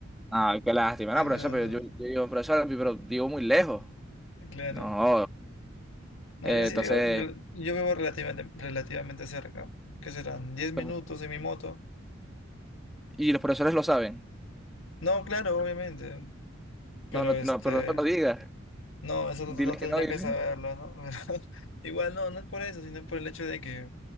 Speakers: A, in the centre; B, on the left.
A: Ah, qué lástima, no,
B: Sí,
A: profesor,
B: no,
A: pero
B: no.
A: yo, yo digo, profesor, pero vivo muy lejos.
B: Claro.
A: No.
B: No,
A: Eh,
B: yo sí
A: entonces,
B: vivo, lo- yo vivo relativamente, relativamente cerca. ¿Qué serán? Diez minutos
A: pero-
B: en mi moto?
A: y los profesores lo saben.
B: No, claro, obviamente. Pero
A: No, no,
B: este.
A: no, pero no te lo digas.
B: No, eso no,
A: Dile
B: no tendría
A: que no, dile.
B: que saberlo, ¿no? <laughs> Pero igual no, no es por eso, sino por el hecho de que